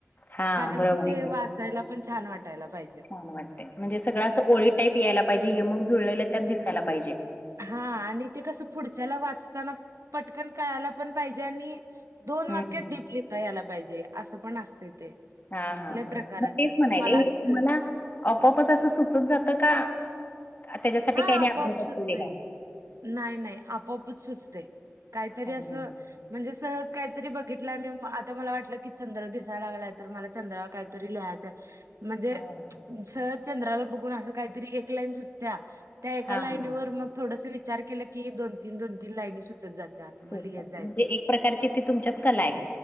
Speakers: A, on the left; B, on the right.
A: हा
B: कारण
A: बरोबर
B: कि ते
A: आहे.
B: वाचायला छान वाटायला पाहिजे.
A: छान वाटतं, म्हणजे असं ओळी टाईप यायला पाहिजे यमग जुळलेलं त्यात दिसायला पाहिजे.
B: हां, आणि ते कसं पुढच्याला वाचताना पटकन कळायला पण पाहिजे आणि..... दोन
A: हम्म.
B: वाक्यांत डीप लिता यायला पाहिजे असं पण असतं ते.
A: हा हा
B: लय
A: मग
B: प्रकार असतात
A: तेच म्हणाले
B: मलाच
A: हे तुम्हाला आपपच असं सुचत जातं का त्याच्यासाठी
B: हा
A: काही नाही
B: आपोआप
A: अभ्यास
B: सुचतंय.
A: असतो वेगळा.
B: नाही नाही आपोपच सुचते काहीतरी
A: हां
B: असं म्हणजे सहज काहीतरी बघितलं आणि आता मला वाटलं की चंद्र दिसायला लागलाय तर मला चंद्र काय तरी लिहायचं म्हणजे
A: हां,
B: सहज चंद्राला बघून असं काहीतरी एक लाईन सुचत्या त्या एका
A: हां.
B: लाईनीवर मग थोडसं विचार केलं की दोन तीन दोन तीन लाईनी सुचत जातात. मग
A: तात.
B: लिहत जायचं.
A: म्हणजे एक प्रकारची ती तुमच्यात कला आहे.